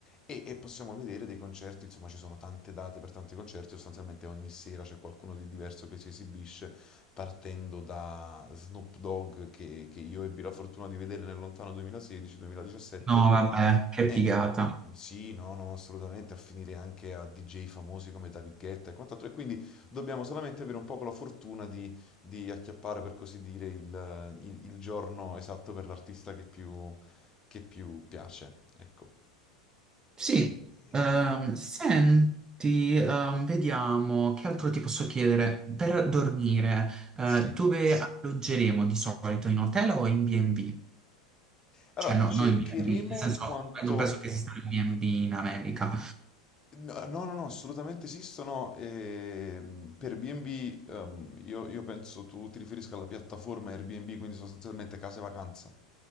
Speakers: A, on the left (about 25°); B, on the right (about 20°).
A: E, e possiamo vedere dei concerti, insomma, ci sono tante date per tanti concerti, sostanzialmente ogni sera c'è qualcuno di diverso che si esibisce, partendo da Snoop Dogg, che, che io ebbi la fortuna di vedere nel lontano 2016-2017.
B: No, vabbè, che
A: Eh,
B: figata.
A: sì, no, no, assolutamente, a finire anche a DJ famosi come David Guetta e quant'altro. E quindi dobbiamo solamente avere un po' la fortuna di, di acchiappare, per così dire, il, il- il giorno esatto per l'artista che più, che più piace. Ecco.
B: Sì,
A: E- e-
B: ehm, senti, ehm, vediamo che altro ti posso chiedere. Per dormire, eh,
A: sì.
B: dove alloggeremo di solito? In hotel o in B&B?
A: Allora,
B: Cioè, no,
A: cercheremo
B: non in B&B, nel senso,
A: quanto...
B: non penso che esista il B&B in America.
A: No, no, no, no, assolutamente esistono. ehm, per B&B, ehm, io, io penso tu ti riferisca alla piattaforma Airbnb, quindi sostanzialmente case vacanza.